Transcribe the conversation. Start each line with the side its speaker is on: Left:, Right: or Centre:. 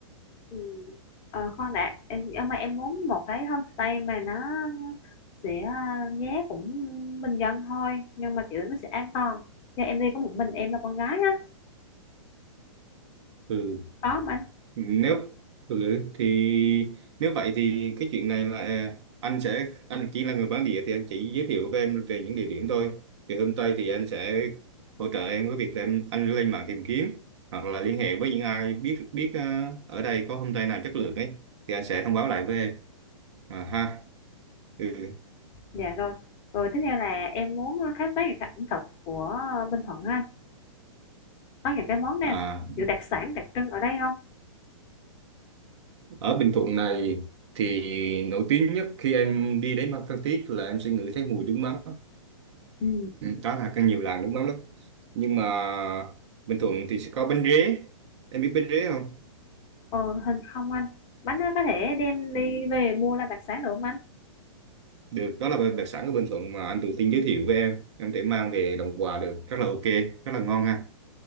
Left: Ừ. Ờ, khoan đã em nhưng mà em muốn một cái homestay mà nó sẽ ờ, giá cũng bình dân thôi nhưng mà kiểu nó sẽ an toàn Dạ em đi có một mình em là con gái á
Right: ừ.
Left: đó mà anh
Right: nếu ừ, ừ, thì nếu vậy thì cái chuyện này là anh sẽ anh chỉ là người bản địa thì anh chỉ giới thiệu với em về những địa điểm thôi thì hôm tây thì anh sẽ hỗ trợ em với việc là em anh lên mạng tìm kiếm hoặc là liên hệ với những ai biết biết ờ, ở đây có homestay nào chất lượng ấy thì anh sẽ thông báo lại với em à, ha ừ.
Left: dạ rồi rồi tiếp theo là em muốn khám phá những cái ẩm thực của Bình Thuận á anh có những cái món nào
Right: à,
Left: kiểu đặc sản đặc trưng ở đây không
Right: ở Bình Thuận này thì nổi tiếng nhất khi em đi đến Phan Thiết là em sẽ ngửi thấy mùi nước mắm
Left: Ừ.
Right: đó là càng nhiều làng nước mắm lắm nhưng mà Bình Thuận thì sẽ có bánh rế em biết bánh rế không
Left: ờ, hình không anh bánh nó có thể đem đi
Right: ừ.
Left: về mua làm đặc sản được không anh
Right: được đó là đặc sản của Bình Thuận mà anh tự tin giới thiệu với em em thể mang về làm quà được rất là ok rất là ngon ha